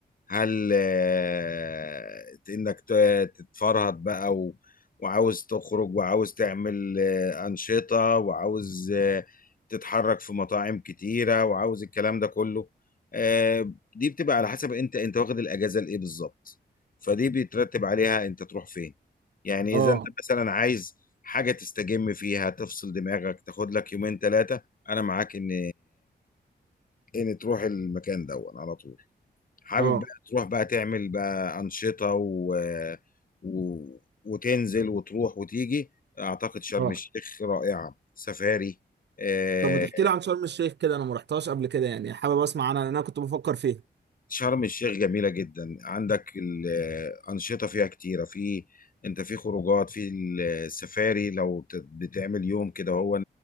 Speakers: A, on the left; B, on the right.
A: هل آه، انك ت- تتفرهد بقى و... وعاوز تخرج وعاوز تعمل آه، أنشطة وعاوز آه، تتحرك في مطاعم كتيرة وعاوز الكلام ده كله آه، دي بتبقى على حسب انت انت واخد الأجازة لإيه بالظبط فدي بيترتب عليها انت تروح فين يعني
B: اه
A: اذا انت مثلا عايز حاجة تستجم فيها تفصل دماغك تاخد لك يومين ثلاثة انا معاك ان ان تروح المكان ده على طول حابب
B: اه
A: بقى تروح بقى تعمل بقى أنشطة و... و... وتنزل وتروح وتيجي أعتقد شرم
B: اه
A: الشيخ رائعة سفاري آه،
B: طب ما تحكي لي عن شرم الشيخ كده انا ما رحتهاش قبل كده يعني حابب اسمع عنها لان انا كنت بفكر فيها
A: شرم الشيخ جميلة جدا عندك الأنشطة فيها كتيرة في أنت في خروجات في السفاري لو ت- بتعمل يوم كده هو